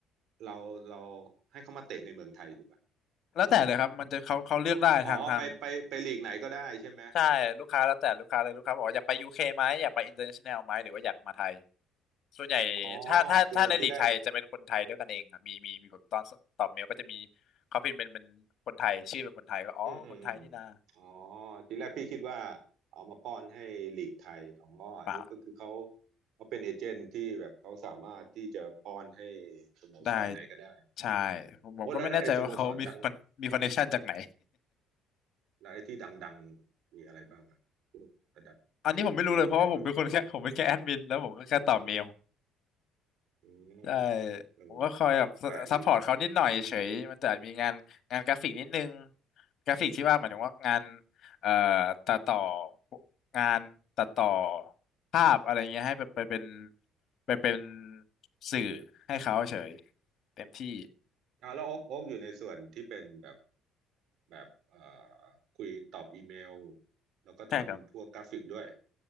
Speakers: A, on the right; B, on the left.
A: เราเราให้เขามาเตะในเมืองไทยถูกไหม
B: แล้วแต่เลยครับมันจะเขาเขาเลือกได้ทางทาง
A: อ๋อไปไปไปลีกไหนก็ได้ใช่ไหม
B: ใช่ลูกค้าแล้วแต่ลูกค้าเลยลูกค้าบอกว่าอยากไปยูเคไหมอยากไปอินเตอร์เนชั่นแนลไหมหรือว่าอยากมาไทยส่วนใหญ่ถ้าถ้าถ้าในลีกไทยจะเป็นคนไทยด้วยกันเองครับมีมีมีผมตอนตอบเมลก็จะมี
A: อ๋อคือที่แรก
B: เขาพิมพ์เป็นเป็นคนไทยชื่อเป็นคนไทยก็อ๋อคนไทยนี่นะ
A: อืมอืมอืมอ๋อทีแรกพี่คิดว่าเอามาป้อนให้ลีกไทยอ๋ออันนี้ก็คือเขา
B: เปล่า
A: เขาเป็นเอเจนต์ที่แบบเขาสามารถที่จะป้อนให้สโมสรไหนก็ได้
B: ได้ใช่ผมผมก็ไม่แน่ใจว่าเขามีมันมีคอนเนคชันจากไหน
A: โอ้แล้วแล้วไอ้สโมสรดังแล้วไอ้ที่ดังๆมีอะไรบ้างอะพวกระดับพรีเมียร์ลีกเลยปะ
B: <laughs> อันนี้ผมไม่รู้เลยเพราะว่าผมเป็นคนแค่ <laughs> ผมเป็นแค่แอดมินแล้วผมก็แค่ตอบเมล
A: อืมเ
B: ใช่
A: ออ
B: ผมก็คอยแบบซัพพอร์ตเขานิดหน่อยเฉยมันจะมีงานงานกราฟิกนิดนึง
A: ก็แปลกดีเนาะ
B: กราฟิกที่ว่าหมายถึงว่างานเอ่อตัดต่องานตัดต่อภาพอะไรเงี้ยให้ไปไปเป็นไปเป็นสื่อให้เขาเฉยเต็มที่
A: อ่ะแล้วโอ๊กโอ๊กอยู่ในส่วนที่เป็นแบบ แบบเอ่อคุยตอบอีเมลแล้วก็ทำพวกกราฟิกด้วย
B: ใช่ครับ